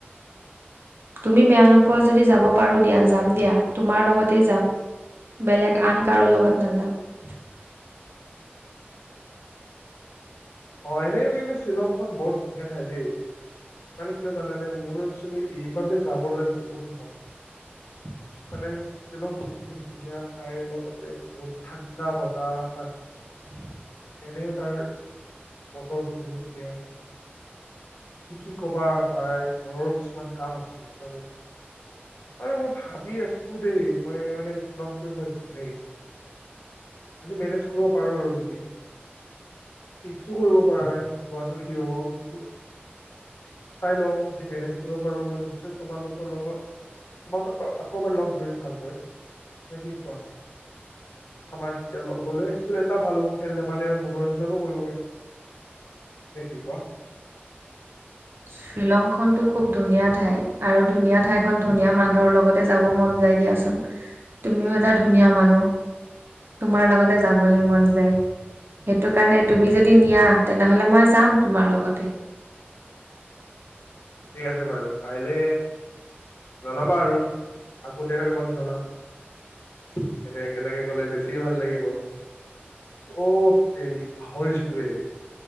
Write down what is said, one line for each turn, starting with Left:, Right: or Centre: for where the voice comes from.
Right: তুমি বেয়া নোপোৱা যদি? যাব পাৰোঁ দিয়া, যাম দিয়া, তোমাৰ লগতেই যাম। বেলেগ আন, কাৰোঁ লগত নাযাওঁ।
Left: অ'! এনেই কিন্তু শ্বিলংখন বৰ ধুনীয়া ঠাই দেই! মানে, কিয় জানানে, মোৰ একচুৱেলি এইবাবে যাবলৈ বহুত মন
Right: <inaudible>
Left: মানে, শ্বিলংখন বহুত ধুনীয়া ঠাইৰ লগতে, বহুত ঠাণ্ডা বতাহ তাত।
Right: <unintelligible>
Left: এনেও তাৰ বতৰটো বহুত ধুনীয়া! কি কবা ভাই, ঘৰৰ কিছুমান কাম আছে জানানে! আৰু মই ভাবি আছোঁ দেই, মই মানে, শ্বিলংটো এইবাৰ যামেই। সইটো মেনেজ কৰিব পাৰোঁ আৰু যদি ফিক্সো কৰিব পৰা নাই, যোৱাটো কি হ'ব। কিন্তু চাই লওঁ, যদি মেনেজ কৰিব পাৰোঁ, মই নিশ্চয় তোমালোকৰ লগত তোমাক আকৌ, আকৌ, এবাৰ লগ ধৰিম ভালকৈ নে কি কোৱা?
Right: <inaudible>
Left: আমাৰ তেতিয়া ল'বলে, একচুৱেলি এটা ভাল হ'ব, খেল-ধেমালিৰ মনোৰঞ্জন নো কৰিব পাৰিম। নে কি কোৱা?
Right: শ্বিলং খনতো খুব ধুনীয়া ঠাই আৰু ধুনীয়া ঠাই খন, ধুনীয়া মানুহৰ লগতে যাব মন যায় দিয়াচোন। তুমিও এটা ধুনীয়া মানুহ! তোমাৰ লগতে যাবলৈ মন যায়। সেইটো কাৰণে, তুমি যদি নিয়া, তেনেহ'লে মই যাম তোমাৰ লগতে।
Left: ঠিক আছে বাৰু পাৰিলে জনাবা আৰু। আগতীয়াকে তোমাক জনাম। এনেই, একেলগে গ'লে বেছিয়ে ভাল লাগিব। অ'! তেৰি পাহৰিছিলোঁৱে।